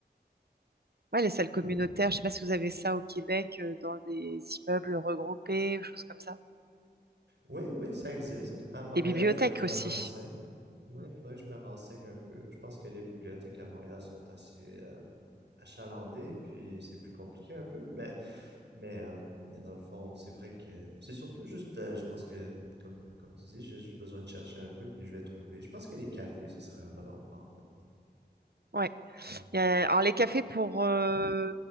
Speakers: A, on the right (about 65°); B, on the right (about 80°).
A: ouais, les salles
B: Hmm.
A: communautaires. Je sais pas si vous avez ça au Québec, euh, dans des immeubles regroupés ou choses comme ça.
B: Oui, oui, ça existe. À Montréal,
A: Les bibliothèques
B: il faudrait que je
A: aussi.
B: me renseigne. Ouais,
A: Mm.
B: faudrait que je me renseigne un peu. Je pense que les bibliothèques à Montréal sont assez euh, achalandées, puis c'est plus compliqué un peu, mais mais euh, mais dans le fond, c'est vrai que c'est surtout juste, euh, je pense que comme comme tu dis, j'ai juste besoin de chercher un peu, puis je vais trouver. Je pense que les cafés, ce serait un bon endroit en fait.
A: Ouais.
B: Ouais.
A: Il y a- alors les cafés pour, euh,